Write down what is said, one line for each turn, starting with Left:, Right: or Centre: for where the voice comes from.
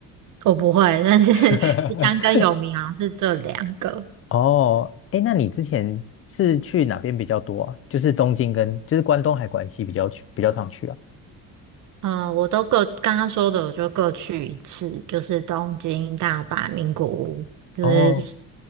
Right: 我不会，但是 <laughs>
Left: <laughs>
Right: 香跟有名好像是这两个。
Left: 哦，哎，那你之前是去哪边比较多啊？就是东京跟，就是关东还关西比较去，比较常去啊？
Right: 嗯，我都各刚刚说的，我就各去一次，就是东京、大阪、名古屋，就是
Left: 哦，